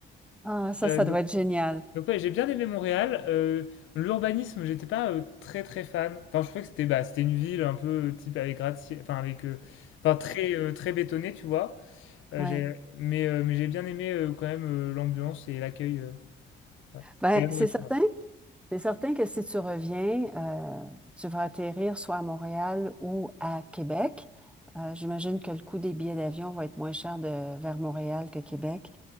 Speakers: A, in the centre; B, on the left.
A: Ah, ça,
B: Euh,
A: ça
B: donc,
A: doit être génial.
B: donc ouais, j'ai bien aimé Montréal. Euh, l'urbanisme, j'étais pas euh, très très fan. Enfin, je trouvais que c'était bah, c'était une ville un peu euh, type avec gratte-ciel, enfin avec, euh, enfin très euh, très bétonnée, tu vois. Euh,
A: Oui.
B: j'ai- mais euh, mais j'ai bien aimé euh, quand même euh, l'ambiance et l'accueil. euh, ouais.
A: Ben,
B: Et la nourriture.
A: c'est certain. C'est certain que si tu reviens, euh, tu vas atterrir soit à Montréal ou à Québec. Euh, j'imagine que le coût des billets d'avion va être moins cher de, vers Montréal que Québec.